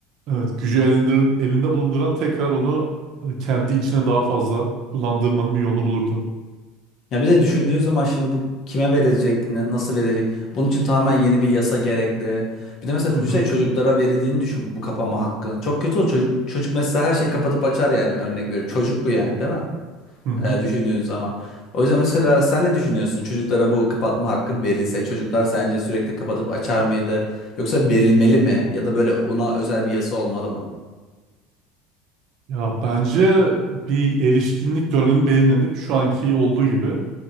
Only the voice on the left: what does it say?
Ya bir de düşündüğün zaman şimdi bu kime verilecek, ne- nasıl verilecek? Bunun için tamamen yeni bir yasa gerekli. Bir de mesela düşünsene
çocuklara verildiğini düşün bu kapama hakkı. Çok kötü o çocuk. Çocuk mesela her şeyi kapatıp açar yani örnek veriyorum. Çocuk bu yani değil mi?
Ee, düşündüğün zaman. O yüzden mesela sen ne düşünüyorsun? Çocuklara bu kapatma hakkı verilse çocuklar sence sürekli kapatıp açar mıydı? Yoksa verilmeli mi? Ya da böyle ona özel bir yasa olmalı mı?